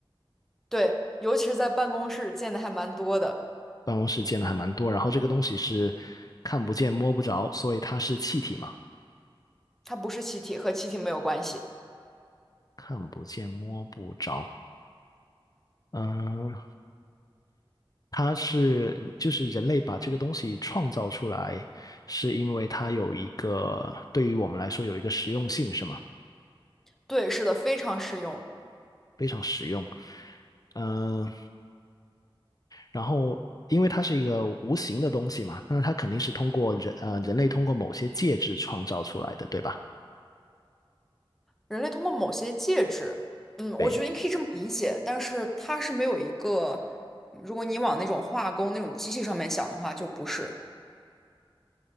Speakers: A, in the centre; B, on the left.
A: 对，尤其是在办公室见的还蛮多的。
B: 办公室见的还蛮多，然后这个东西是看不见摸不着，所以它是气体嘛。
A: 它不是气体，和气体没有关系。
B: 看不见摸不着。嗯，它是就是人类把这个东西创造出来，是因为它有一个对于我们来说有一个实用性，是吗？
A: 对，是的，非常适用。
B: 非常实用。嗯，然后因为它是一个无形的东西嘛，那它肯定是通过人呃人类通过某些介质创造出来的，对吧？
A: 人类通过某些介质，嗯，
B: 对。
A: 我觉得你可以这么理解，但是它是没有一个，嗯如果你往那种化工那种机器上面想的话，就不是。